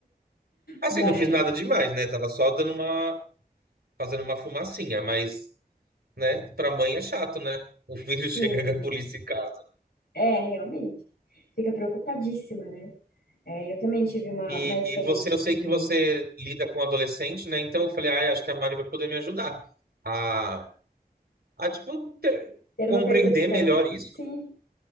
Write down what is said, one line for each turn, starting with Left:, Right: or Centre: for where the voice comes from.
Right: Assim,
Left: mas
Right: não fiz nada demais, né? Tava só dando uma, fazendo uma fumacinha, mas, né, pra mãe é chato, né? O filho
Left: sim,
Right: <laughs> chega a polícia em casa.
Left: é, realmente, fica preocupadíssima, né? É, eu também tive uma,
Right: E,
Left: uma experiência
Right: e você, eu
Left: assim,
Right: sei que você lida com adolescente, né? Então eu falei, ah acho que a Mari vai poder me ajudar a, a tipo, ter-
Left: ter
Right: compreender
Left: uma percepção.
Right: melhor isso.
Left: Sim,